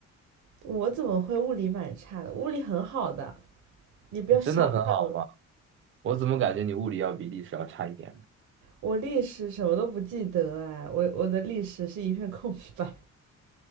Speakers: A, on the right (about 70°); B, on the right (about 45°).
A: 我怎么会物理蛮差的？物理很好的，你不要小看我。
B: 你真的很好吗？我怎么感觉你物理要比历史要差一点呢？
A: 我历史什么都不记得哎，我我的历史是一片空白。